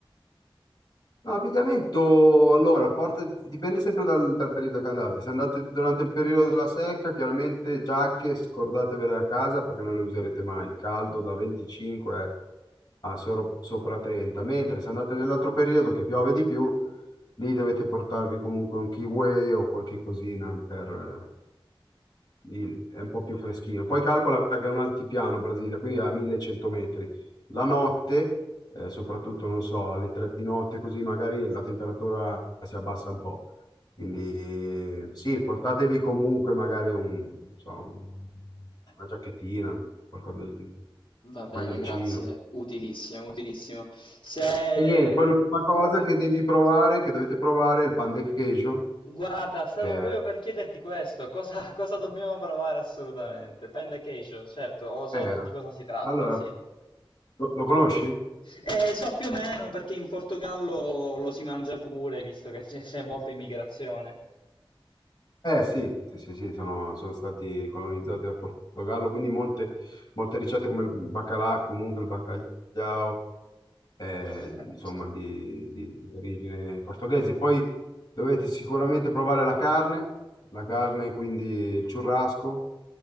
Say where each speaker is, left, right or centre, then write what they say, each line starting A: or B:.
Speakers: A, on the left; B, on the left.
A: No, abbigliamento, allora, a parte, dipende sempre dal, dal periodo che andate. Se andate durante il periodo della secca, chiaramente giacche scordatevele a casa perché non le userete mai. Il Caldo da 25 a soro- sopra 30. Mentre se andate nell'altro periodo che piove di più, lì dovete portarvi comunque un kiwi o qualche cosina per, il- è un po' più freschino. Poi calcola che è un altipiano Brasilia, quindi a 1100 metri. La notte, eh, soprattutto, non so, alle 3 di notte, così magari la temperatura si abbassa un po'. Quindi eh, sì, portatevi comunque magari un, non so, un- una giacchettina, qualcosa, del- un
B: Va bene,
A: maglioncino.
B: grazie. Utilissimo, utilissimo. Se...
A: E niente, poi l'ultima cosa che devi provare, che dovete provare, è il pan de queijo,
B: Guarda, stavo
A: che
B: proprio
A: è...
B: per chiederti questo, cosa, <laughs> cosa dobbiamo provare assolutamente? Panda Cation, certo, lo so
A: eh,
B: di cosa si tratta,
A: allora,
B: sì.
A: lo lo conosci?
B: Eh, so più o meno perché in Portogallo lo si mangia pure, visto che c'è c'è molta immigrazione.
A: Eh sì, sì, sì, sì, sono, sono stati colonizzati dal Portogallo, quindi molte, molte ricette come il baccalà, comunque il baccagliao, eh,
B: Perfetto.
A: insomma, di, di- di origine portoghese. Poi dovete sicuramente provare la carne, la carne, quindi il churrasco,